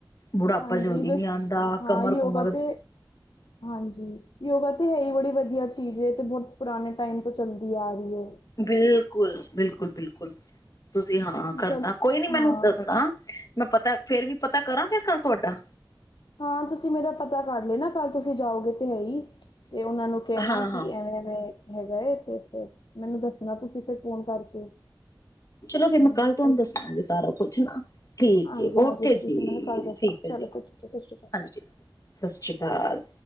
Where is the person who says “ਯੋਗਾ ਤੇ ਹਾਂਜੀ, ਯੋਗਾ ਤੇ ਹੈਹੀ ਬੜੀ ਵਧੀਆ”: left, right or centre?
Left